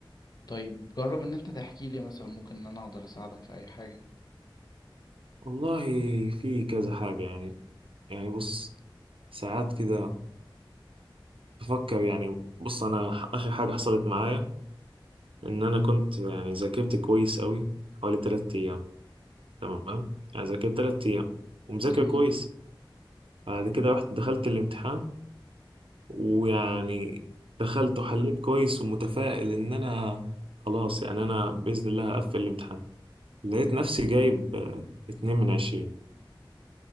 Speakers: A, on the left; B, on the right.
A: طيب جرب ان انت تحكي لي مثلا ممكن ان انا اقدر اساعدك في اي حاجة
B: والله في كذا حاجة يعني يعني بص ساعات كده بفكر يعني بص انا ح- اخر حاجة حصلت معايا ان انا كنت يعني ذاكرت كويس قوي حوالي 3 ايام تمام يعني ذاكرت 3 ايام ومذاكر
A: جميل
B: كويس بعد كده رحت دخلت الامتحان ويعني دخلت وحليت كويس ومتفائل ان انا خلاص يعني انا باذن الله هقفل الامتحان لقيت نفسي جايب آه، اتنين من عشرين